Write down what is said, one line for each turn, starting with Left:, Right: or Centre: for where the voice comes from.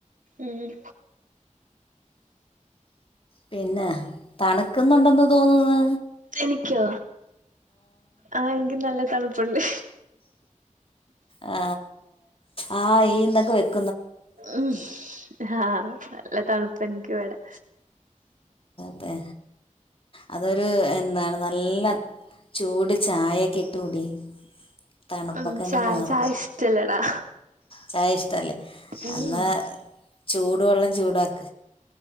Right: ഉം..
Left: പിന്നെ തണുക്കുന്നുണ്ടെന്നുതോന്നുന്ന്
Right: എനിക്കോ, അ എനിക്ക് നല്ലതണുപ്പുണ്ട്
Left: ആ... ആ.. ഈ.. നൊക്കെ വരു
Right: ഉം.. ആ.. നല്ലതണുപ്പ് എനിക്കിവിടെ
Left: അതെ അതൊരു എന്താണുനല്ല ചൂടുചായയൊക്കെ ഇട്ടു കുടി തണുപ്പൊക്കെ
Right: ഉം...
Left: അങ്ങ്
Right: ചായ,
Left: മാറും
Right: ചായ ഇഷ്ട്ടല്ലെ ടാ
Left: ചായ ഇഷ്ടമല്ലേ
Right: ഉം...
Left: എന്നാൽ ചൂടുവെള്ളം ചൂടാക്കി